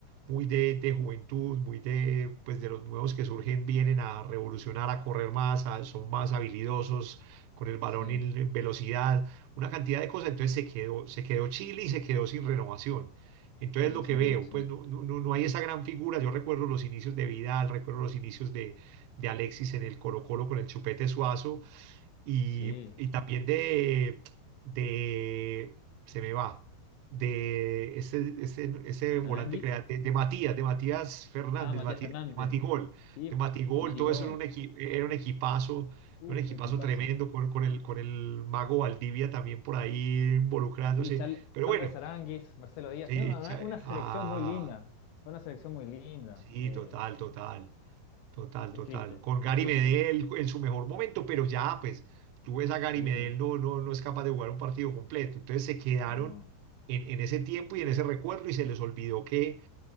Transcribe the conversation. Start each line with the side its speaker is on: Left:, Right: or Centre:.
Right: muy de, de juventud, muy de, pues de los nuevos que surgen, vienen a revolucionar, a correr más, a- son más habilidosos con el balón
Left: sí,
Right: en en velocidad, una cantidad de cosas. Entonces se quedó, se quedó Chile y se quedó sin renovación. Entonces
Left: se quedó
Right: lo que
Left: sin
Right: veo,
Left: renovación.
Right: pues no, no, no no hay esa gran figura. Yo recuerdo los inicios de Vidal, recuerdo los inicios de, de Alexis en el Colo-Colo con el Chupete Suazo y,
Left: Sí.
Right: y también de, de, se me va, de ese, ese, ese volante
Left: Aranguis.
Right: creativo, de, de Matías, de Matías Fernández,
Left: Ah, Matías
Right: Matías,
Left: Fernández.
Right: de Matigol,
Left: Sí,
Right: de Matigol,
Left: Mati
Right: todo
Left: Gol.
Right: eso era un, equi- era un equipazo,
Left: Uf,
Right: un equipazo
Left: equipazos.
Right: tremendo con, con el, con el mago Valdivia también por ahí involucrándose.
Left: Sí, Char-
Right: Pero
Left: Charles
Right: bueno,
Left: Aránguiz, Marcelo Díaz.
Right: eh,
Left: Tiene una, una-
Right: cha-
Left: una selección
Right: ah,
Left: muy linda. Fue Una selección muy linda.
Right: sí,
Left: Eh,
Right: total, total. Total,
Left: es
Right: total.
Left: triste,
Right: Con Gary
Left: es triste.
Right: Medel en su mejor momento, pero ya, pues, tú ves a Gary
Left: Sí,
Right: Medel, no, no, no es capaz de jugar un partido completo. Entonces se quedaron
Left: no,
Right: en, en ese tiempo y en ese recuerdo y se les olvidó que,